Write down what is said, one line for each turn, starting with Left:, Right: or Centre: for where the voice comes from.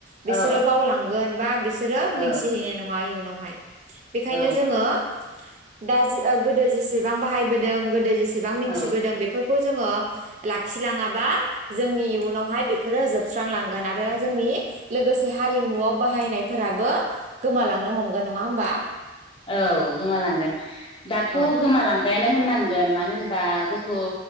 Right: बिसोरो
Left: औ
Right: बावलांगोन बा बिसो रो
Left: औ
Right: मिन्थिहैनाय नङा मानि उनावहाय बेखायनो
Left: औ
Right: जोङो दा जिस ओ गोदो जेसेबां बाहायबोदों गोदो जेसेबां मिथिबोदों
Left: औ
Right: बेफोरखौ जोङो <unintelligible> लाखिलाङाबा जोंनि इयुनावहाय बेफोरो जोब स्रांलांगोन आरो जोंनि लोगोसे हारिमुआव बाहायनाय फोराबो गोमालांनो हमगोन नङा होमबा?
Left: औ गोमालांगोन दाथ'
Right: औ
Left: गोमालांबायानो नो होननांगोन मानो होनबा गथ'